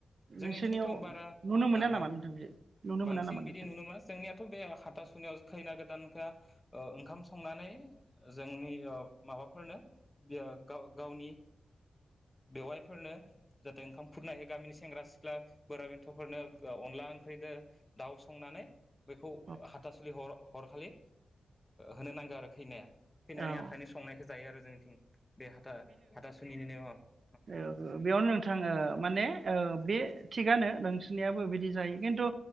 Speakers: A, on the left (about 20°); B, on the right (about 60°).
A: जोंनिथिंथ'
B: नोंसोरनियाव
A: बारा
B: नुनो मोना
A: हाहा
B: नामा नोंथां बे नुनो मोना
A: बांसिन
B: नामा
A: बिदि
B: नोंसोर?
A: नुनो मोना जोंनियाथ' बे हाथासुनियाव खैना गोदान खा ओ ओंखाम संनानै जोंनि ओ माबाफोरनो यो गा-गावनि बेवयायफोरनो जाहाथे ओंखाम खुरना होयो गामिनि सेंग्रा सिख्ला बोराइ बेन्थ'फोरनो ओ अनला ओंख्रिदो दाउ संनानै बेखौ
B: औ
A: हाथासुलि हर-हरखालि होनो नांगौ आरो खैनाया खैनानि
B: औ
A: आखाइनि संनायखौ जायो आरो जोंनिथिं बे हाथा-हाथासुनि नेम ।
B: औ-औ बेयावनो नोंथा ओ माने ओ बे थिगानो। नोंसोनियाबो बिदि जायो खिन्थु।